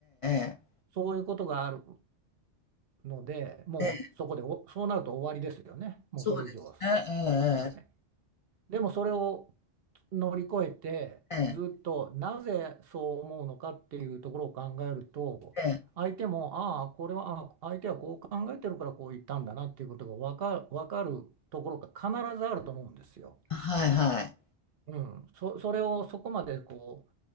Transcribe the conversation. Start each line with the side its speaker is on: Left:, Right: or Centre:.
Left: ええええ。
Right: そういうことがあるのでもうそこでおそうなると終わりですよね。
Left: ええ、
Right: もうそれ以上は
Left: そうですね、
Right: ない。でもそれを乗り越えてずっとなぜそう思うのかっていうところを考えると相手もああこれはあ相手はこう考えてるからこう言ったんだなっていうことが分かる、
Left: ええええ、ええ、ええ。
Right: 分かるところが必ずあると思うんですよ。
Left: はいはい。
Right: うん、そ、それをそこまでこ